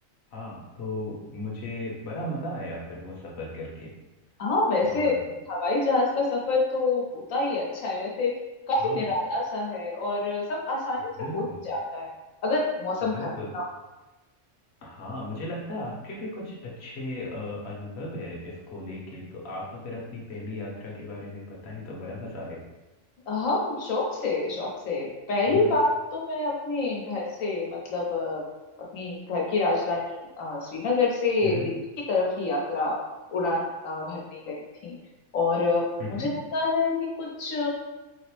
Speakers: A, on the left (about 60°); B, on the left (about 90°).
A: हाँ तो मुझे बड़ा मजा आया फिर वो सफर करके
B: हाँ वैसे
A: और
B: हवाई जहाज का सफर तो होता ही अच्छा है वैसे काफी
A: हाँ
B: निराला सा है और सब आसानी से
A: बिल्कुल
B: हो ही जाता है अगर मौसम
A: बिल्कुल
B: खराब ना हो।
A: हाँ मुझे लगता है आपके भी कुछ अच्छे अ, अनुभव है इसको लेके तो आप अगर अपनी पहली यात्रा के बारे में बताएं तो बड़ा मजा आएगा
B: हाँ शौक से शौक से पहली
A: हम्म
B: बार तो मैं अपने घर से मतलब अ, अपनी घर की राजधानी अ, श्रीनगर से
A: हम्म
B: दिल्ली की तरफ ही यात्रा उड़ान अ, भरने गई थी और अ,
A: हम्म
B: मुझे लगता है ये कुछ